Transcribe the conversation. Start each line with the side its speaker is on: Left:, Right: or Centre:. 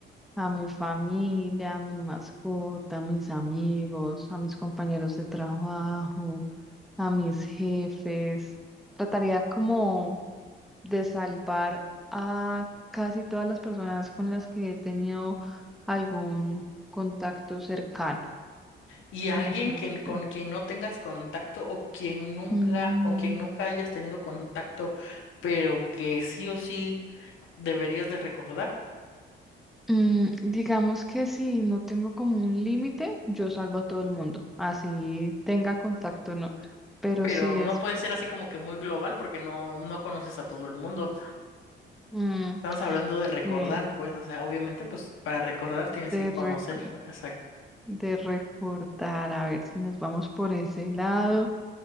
Centre: a mi familia, a mi mascota, a mis amigos, a mis compañeros de trabajo, a mis jefes. Trataría como de salvar a casi todas las personas con las que he tenido algún contacto cercano.
Left: Y alguien
Centre: Entonces,
Left: que, con
Centre: eh,
Left: quien no tengas contacto o quien nunca,
Centre: mm,
Left: con quien nunca hayas tenido contacto, pero que sí o sí deberías de recordar,
Centre: mm, digamos que si no tengo como un límite, yo salvo a todo el mundo, así tenga contacto o no. Pero
Left: pero
Centre: si es
Left: no puede ser así como que muy global porque no, no conoces a todo el mundo.
Centre: mm,
Left: Estamos hablando de recordar,
Centre: eh,
Left: pues, o sea, obviamente, pues para recordar tienes
Centre: de,
Left: que conocer,
Centre: reco-
Left: exacto.
Centre: de recordar, a ver si nos vamos por ese lado.